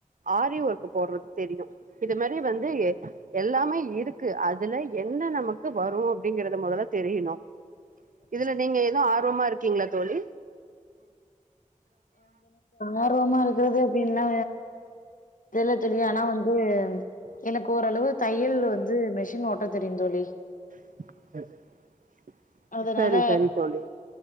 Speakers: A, on the right; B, on the left.
A: ஆரிஓர்க்கு போடுறது தெரியும் இது மாதிரி வந்து எல்லாமே இருக்கு அதுல என்ன நமக்கு வரும் அப்படிங்கிறத மொதல்ல தெரியணும்
B: <inaudible>
A: இதுல நீங்க எது ஆர்வமா இருக்கீங்கிளா தோழி
B: ஆர்வமா இருக்கிறது அப்டின்னு <unintelligible> ஆனா வந்து எனக்கு ஓரளவு தையல் வந்து மிஷின் ஓட்ட தெரியும்தோழி
A: <inaudible>
B: அதனால
A: சரி சரி தோழி